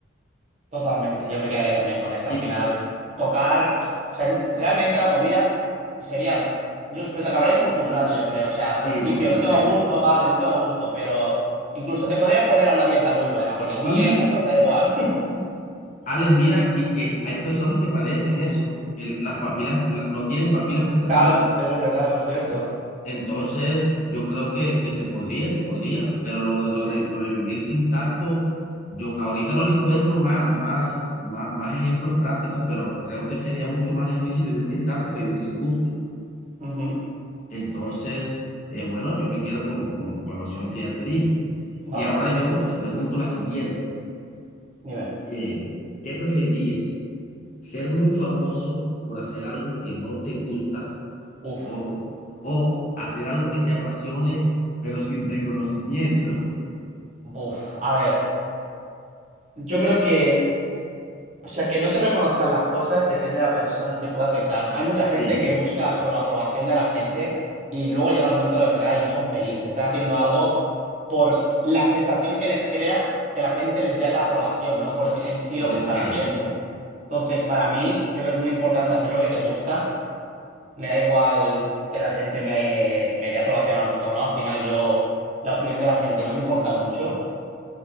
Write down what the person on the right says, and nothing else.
totalmente. Yo me quedaría también con esa.
Al final, tocar, o sea, es- realmente la comida sería, yo, pero te acabarías acostumbrando, yo creo. O sea, al principio
no tengo gusto, vale, no tengo gusto, pero incluso te podrías poner a una dieta muy buena, porque como
no tienes gusto, te da igual. <laughs>
Claro, eso es verdad, eso es cierto.
Pues
sí.
Ujú.
Vale,
pues
bien hecho.
Dime.
Uf,
uf. A ver, yo creo que, o sea, que no te reconozcan las cosas depende de la persona, te puede afectar. Hay mucha gente
que busca solo la aprobación de la gente y luego llega el momento de la verdad y no son felices. Están haciendo algo por la sensación que les crea que la gente les dé la aprobación, no por en sí
lo que están haciendo. Entonces, para mí, yo creo que es muy importante hacer lo que te gusta me da igual que la gente me, me dé aprobación o no, o no, al final yo, la opinión de la gente no me importa mucho.